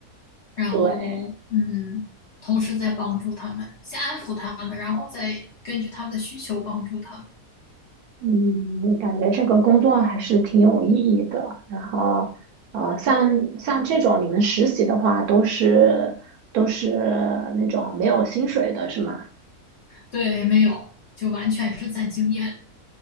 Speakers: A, on the left; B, on the right.
A: 然后嗯，
B: 对，
A: 同时在帮助他们，先安抚他们，然后再根据他们的需求帮助他们。
B: 嗯，我感觉这个工作还是挺有意义的。然后，呃，像像这种你们实习的话，都是都是那种没有薪水的，是吗？
A: 对，没有，就完全是攒经验。